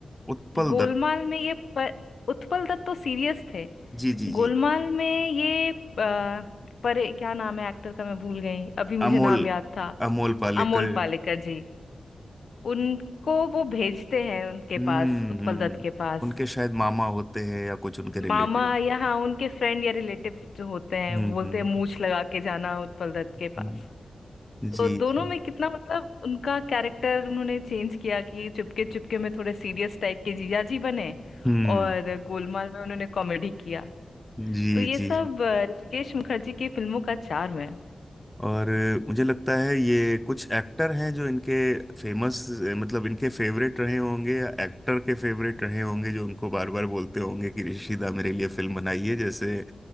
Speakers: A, in the centre; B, on the left (about 70°).
A: उत्पल
B: गोलमाल
A: दत्त
B: में ये प, उत्पल दत्त तो सीरियस थे
A: जी जी
B: गोलमाल
A: जी
B: में ये आ, परे क्या नाम है एक्टर का मैं भूल गई अभी मुझे
A: अमोल
B: नाम याद था
A: अमोल पालेकर
B: अमोल पालेकर जी उनको वो भेजते हैं उनके
A: हम्म
B: पास उत्पल
A: हम्म
B: दत्त के पास
A: उनके शायद मामा होते हैं या कुछ उनके रिलेटिव
B: मामा या हाँ उनके फ्रेंड या रिलेटिव जो होते हैं
A: हम्म
B: बोलते
A: हम्म
B: हैं मूछ लगा के जाना उत्पल दत्त
A: हम्म,
B: के पास
A: जी
B: तो दोनों
A: जी
B: में कितना मतलब उनका कैरेक्टर उन्होंने चेंज किया कि चुपके चुपके में थोड़े सीरियस टाइप के जीजा जी बने
A: हम्म
B: और गोलमाल में उन्होंने कॉमेडी किया
A: जी
B: तो ये
A: जी
B: सब अ, ऋषिकेश मुखर्जी की फिल्मों का charm है
A: और अ, मुझे लगता है ये कुछ एक्टर हैं जो इनके फेमस मतलब इनके फेवरेट रहे होंगे या एक्टर के फेवरेट रहे होंगे जो उनको बार बार बोलते होंगे कि ऋषिदा मेरे लिए फिल्म बनाइए जैसे